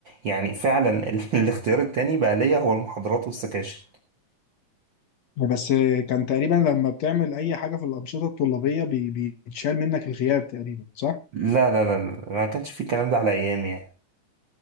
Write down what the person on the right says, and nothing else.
يعني فعلا ال- <laughs> الاختيار التاني بقى ليا هو المحاضرات والسكاشن
لا لا لا لا، ما كانش في الكلام ده على ايامي يعني